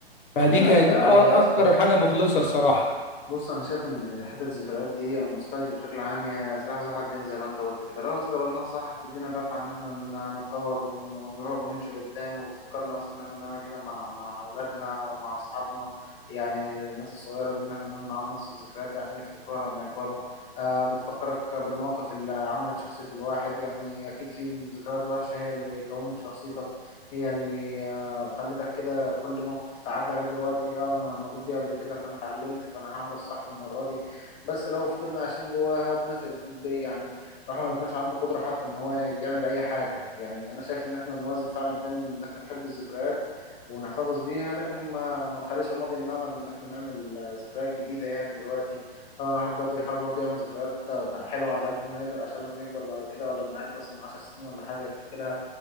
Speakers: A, on the left; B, on the left.
A: فدي
B: ما
A: كانت
B: في قلبه
A: أ- أكتر
B: يا اسطى بص
A: حاجة مخلصة الصراحة
B: بص انا شايف ان حته الذكريات دي او نوستالجيا بشكل عام هي سلاح ذو حدين زي ما انت قلت كده لو استخدمناها صح هتدينا دفعه ان احنا ن- نتطور ون- ونروح ونمشي لقدام وتفكرنا مثلا ان احنا نعمل كده مع مع اولادنا ومع اصحابنا يعني الناس الصغيره دي ان احنا نعمل معاهم نفس الذكريات دي عشان يفتكروها لما يكبروا آه بتفكرك بالمواقف اللي عملت شخصيه الواحد يعني اكيد في ذكريات وحشه هي اللي كونت شخصيتك هي اللي آه خلتك كده كل موقف تتعدى عليه دلوقتي اه انا مريت بيه قبل كده فانا اتعلمت فانا هعمل الصح المره دي بس لو فضلنا عايشين جواها بنفقد ب- يعني الواحد ما يكونش عنده قدره حتى ان هو يعمل اي حاجه يعني انا شايف ان احنا نوازن فعلا بين ان احنا نحب الذكريات ونحتفظ بيها لكن ما ما نخليش الماضي يمنعنا من ان احنا نعمل آه، ذكريات جديده يعني دلوقتي طبعا الواحد دلوقتي بيحاول برضه يعمل ذكريات آه، حلوه على قد ما يقدر عشان لما يكبر بعد كده ولا لما يعدي مثلا 10 سنين ولا حاجه يفتكرها